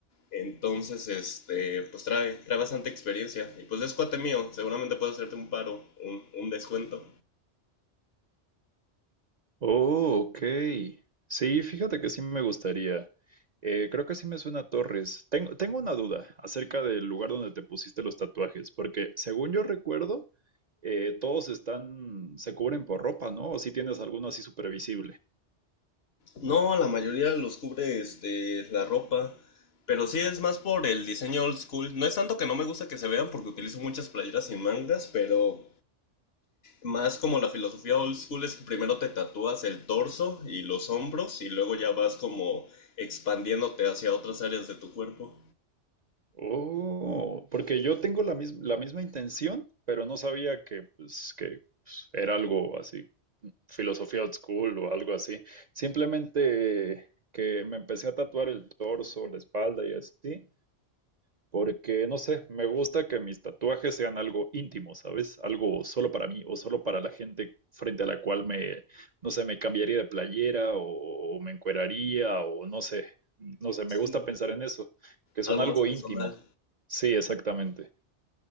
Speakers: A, on the left; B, on the right.
A: Entonces, este, pues trae, trae bastante experiencia. Y pues es cuate mío, seguramente puedo hacerte un paro, un, un descuento.
B: Oh, ok. Sí, fíjate que sí me gustaría. Eh, creo que sí me suena a Torres. Tengo, tengo una duda acerca del lugar donde te pusiste los tatuajes, porque según yo recuerdo, eh, todos están, se cubren por ropa, ¿no? O si tienes alguno así supervisible.
A: No, la mayoría los cubre este, la ropa. Pero sí es más por el diseño old school. No es tanto que no me gusta que se vean porque utilizo muchas playeras y mangas, pero más como la filosofía old school es que primero te tatúas el torso y los hombros y luego ya vas como expandiéndote hacia otras áreas de tu cuerpo.
B: Oh, porque yo tengo la, mis- la misma intención, pero no sabía que, pues, que pues, era algo así filosofía old school o algo así. Simplemente que me empecé a tatuar el torso, la espalda y así, porque no sé, me gusta que mis tatuajes sean algo íntimo, ¿sabes? Algo solo para mí o solo para la gente frente a la cual me, no sé, me cambiaría de playera o, o me encueraría o no sé, no sé, me
A: Sí,
B: gusta
A: ¿no?
B: pensar en eso, que son
A: Algo
B: algo
A: más personal.
B: íntimo. Sí, exactamente.